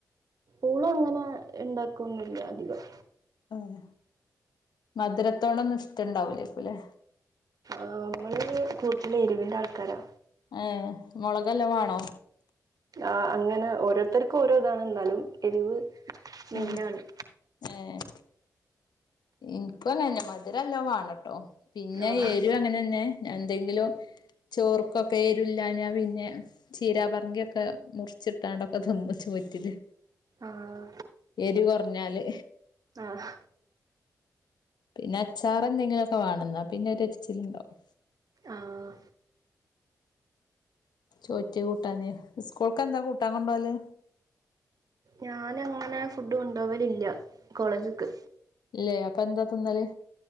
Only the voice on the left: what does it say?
ഉം മധുരത്തോടെ ഒന്നും ഇഷ്ടുണ്ടാവൂലേ കൂലെ
ആഹ് മുളക്‌ നല്ലോ വണോ
ആഹ് ഏഹ് ഇന്ക്കുംഅങ്ങനെ തന്നെ മധുരം നല്ലോ വാണട്ടോ പിന്നെ
ഏരു അങ്ങനെ തന്നെ എന്തെങ്കിലും ചോർക്കൊക്കെ എരുല്ലഞാപിന്നെ ചീരാ പർങ്കിയൊക്കെ മുറിച്ചിട്ടാണ്ട്ഒക്കെ തിന്നും ചോറ്റില്
എരി കുറഞ്ഞാല്
പിന്നെ അച്ചാർ എന്തെങ്കിലുക്കെ വാണംന്നാ പിന്നെ ഒരിച്ചിലുണ്ടോവു
ചോറ്റി കൂട്ടാന് സ്കൂൾക്ക് എന്താ കൂട്ടാൻ കൊണ്ടോവല്
ഇല്ലേ അപ്പൊ എന്താ തിന്നല്